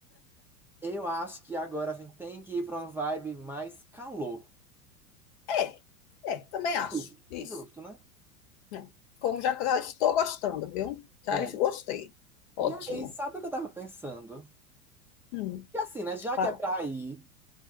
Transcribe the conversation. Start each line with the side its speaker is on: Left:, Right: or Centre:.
Centre: eu acho que agora a gente tem que ir pra uma vibe mais calor.
Left: é, é, também acho,
Centre: Justo,
Left: isso.
Centre: justo, né?
Left: É. Como já, já estou gostando, viu? Já
Centre: Pronto.
Left: gostei. Ótimo.
Centre: E aí, sabe o que eu tava pensando?
Left: Hum,
Centre: Que assim, né? Já
Left: ah,
Centre: que é pra ir.